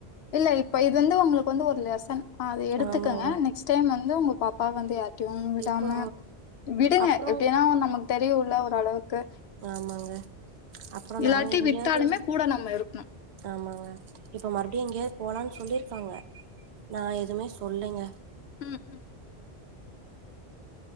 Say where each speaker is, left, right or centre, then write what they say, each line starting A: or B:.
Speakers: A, on the left; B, on the right.
A: இல்ல இப்ப இது வந்து ஒங்களுக்கு வந்து ஒரு லெசன் அத எடுத்துக்கங்க
B: ஆமாங்க
A: நெக்ஸ் டைம் வந்து உங்க பாப்பாவ வந்து யார்ட்டையு விடாம
B: இப்போ
A: விடுங்க
B: அப்புறோ
A: எப்டின்னா நமக்கு தெரியுல்ல ஓரளவுக்கு
B: ஆமாங்க அப்புறோ
A: இல்லாட்டி
B: நாங்க எங்கேயாவது
A: வித்தாலுமே கூட நம்ம இருக்கணு
B: ஆமாங்க இப்ப மறுபடியு எங்கேயாவது போலான்னு சொல்லிருக்காங்க நா எதுமே சொல்லைங்க
A: ம் ம்